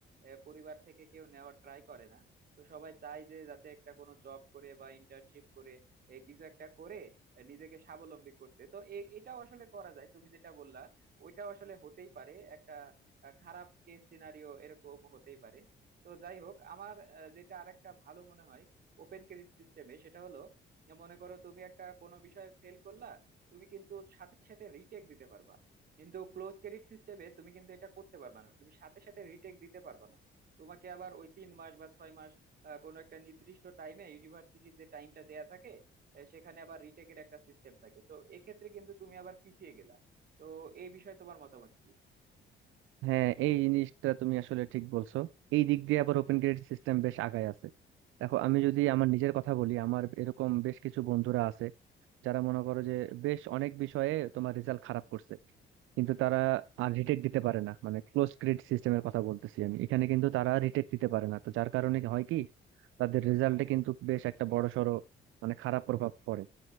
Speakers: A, on the right; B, on the right.
A: আহ, পরিবার থেকে কেউ নেওয়ার ট্রাই করে না তো সবাই চায় যে যাতে একটা কোনো জব করে বা ইন্টার্নশিপ করে এ, কিছু একটা করে আহ, নিজেকে স্বাবলম্বী করতে তো এ- এটাও আসলে করা যায় তুমি যেটা বললা ওইটাও আসলে হতেই পারে একটা আহ, খারাপ কেস সিনারিও এরকম হতেই পারে তো যাই হোক আমার আহ, যেটা আরেকটা ভালো মনে হয় ওপেন ক্রেডিট সিস্টেমে সেটা হলো আহ, মনে করো তুমি একটা কোনো বিষয়ে ফেল করলা তুমি কিন্তু সাথে সাথে রিটেক দিতে পারবা কিন্তু ক্লোজ ক্রেডিট সিস্টেমে তুমি কিন্তু এটা করতে পারবা না তুমি সাথে সাথে রিটেক দিতে পারবা না তোমাকে আবার ওই তিন মাস বা ছয় মাস আহ, কোনো একটা নির্দিষ্ট টাইমে ইউনিভার্সিটির যে টাইমটা দেয়া থাকে আহ, সেখানে আবার রিটেকের একটা সিস্টেম থাকে তো এক্ষেত্রে কিন্তু তুমি আবার পিছিয়ে গেলা তো এই বিষয়ে তোমার মতামত কি
B: হ্যাঁ এই জিনিসটা তুমি আসলে ঠিক বলছো এই দিক দিয়ে আবার ওপেন ক্রেডিট সিস্টেম বেশ আগায় আছে দেখো আমি যদি আমার নিজের কথা বলি আমার এরকম বেশ কিছু বন্ধুরা আছে যারা মনে করো যে বেশ অনেক বিষয়ে তোমার রেজাল্ট খারাপ করছে কিন্তু তারা আর রিটেক দিতে পারে না মানে ক্লোজ ক্রেডিট সিস্টেমের কথা বলতেছি আমি এখানে কিন্তু তারা রিটেক দিতে পারে না তো যার কারণে হয় কি তাদের রেজাল্টে কিন্তু বেশ একটা বড়সড় মানে খারাপ প্রভাব পড়ে